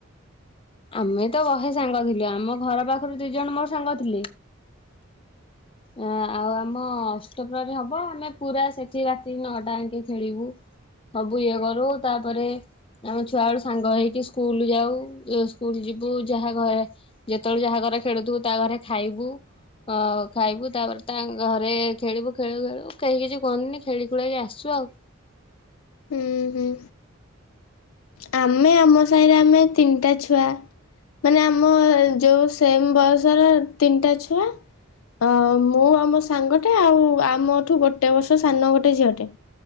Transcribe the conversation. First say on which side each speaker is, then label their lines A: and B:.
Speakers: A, on the left; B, on the left.
A: ଆମେ ତ ବହେ ସାଙ୍ଗ ଥିଲୁ ଆମ ଘର ପାଖରୁ ଦି ଜଣ ମୋର ସାଙ୍ଗ ଥିଲେ। ଅ ଆଉ ଆମ ଅଷ୍ଟପ୍ରହରି ହବ ଆମେ ପୁରା ସେଠି ରାତି ନଅଟା ଆଙ୍କେ ଖେଳିବୁ ସବୁ ଇଏ କରୁ, ତାପରେ ଆମ ଛୁଆ ବେଳୁ ସାଙ୍ଗ ହେଇକି ସ୍କୁଲ ଯାଉ, ଏ ସ୍କୁଲ ଯିବୁ ଯାହା ଘରେ ଯେତେବେଳେ ଯାହା ଘରେ ଖେଳୁଥିବୁ ତା ଘରେ ଖାଇବୁ। ଅ, ଖାଇବୁ ତାପରେ ତାଙ୍କ ଘରେ ଖେଳିବୁ ଖେଳୁ ଖେଳିବୁ କେହି କିଛି କୁହନ୍ତିନି, ଖେଳି ଖୁଳାକି ଆସୁ ଆଉ।
B: ହୁଁ ହୁଁ। ଆମେ ଆମ ସାହିରେ ଆମେ ତିନିଟା ଛୁଆ, ମାନେ ଆମ ଯୋଉ ସେମ୍ ବୟସର ତିନିଟା ଛୁଆ, ଅ, ମୁଁ ଆମ ସାଙ୍ଗଟେ ଆଉ ଆମଠୁ ଗୋଟେ ବର୍ଷ ସାନ ଗୋଟେ ଝିଅଟେ।